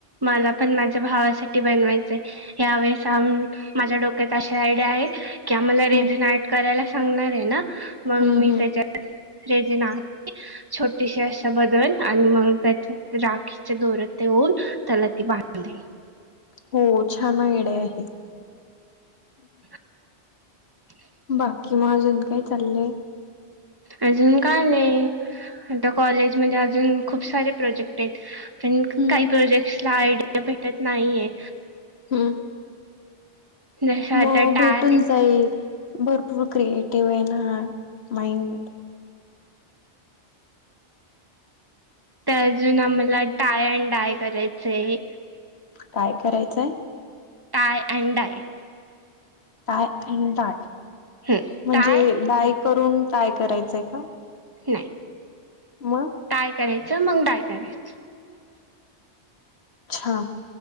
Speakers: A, on the right; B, on the left.
A: मला पण माझ्या भावासाठी बनवायचय. यावेळेस अन माझ्या डोक्यात अशा आयडिया आहे. की आम्हाला रेडी
B: हम्म.
A: नाईट करायला सांगणार आहे ना मग
B: हम्म
A: मी
B: हम्म.
A: त्याच्यात रेडी नाईट. छोटीशी अशा बदल आणि मग त्याच्या राखीच्या दोरे देऊन त्याला ती बांधीन.
B: हो छान आयडिया आहे.
A: <inaudible>
B: बाकी मग अजून काय चाललंय.
A: अजून काय नाही आता कॉलेजमध्येध्ये अजून खूप सारे प्रोजेक्ट आहेत. पण
B: हम्म
A: काही प्रोजेक्टसला आयडीया भेटत नाहीये.
B: हम्म.
A: जसं
B: म
A: आता टाय
B: भेटून जाईल भरपूर क्रिएटिव्ह आहे ना माइंड.
A: तर अजून आम्हाला टाय अँड डाय करायच आहे.
B: काय करायचंय?
A: Tie and dye.
B: टाय आणि डाय
A: हम्म
B: म्हणजे
A: टाय
B: डाय करून टाय करायचंय का?
A: नाही.
B: मग.
A: टाय करायचं मग डाय करायचं.
B: हा